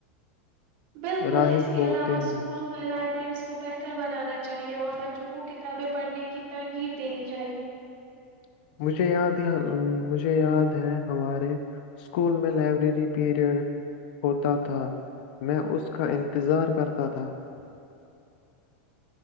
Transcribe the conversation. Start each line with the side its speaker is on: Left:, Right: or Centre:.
Right: بالکل
Left: راہب
Right: اس کے
Left: ہوتے
Right: علاوہ
Left: ہیں
Right: اسکولوں میں لائبریریز کو بہتر بنانا چاہئے اور بچوں کو کتابیں پڑھنے کی ترغیب دینی چاہئے
Left: <unintelligible>